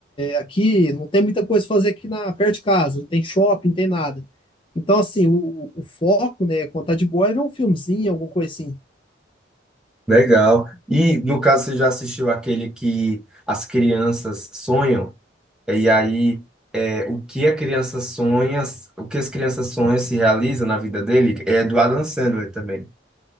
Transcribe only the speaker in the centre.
Legal. E no caso, você já assistiu aquele que as crianças sonham? E aí, é, o que a criança sonha, o que as crianças sonham se realiza na vida dele? É do Adam Sandler também.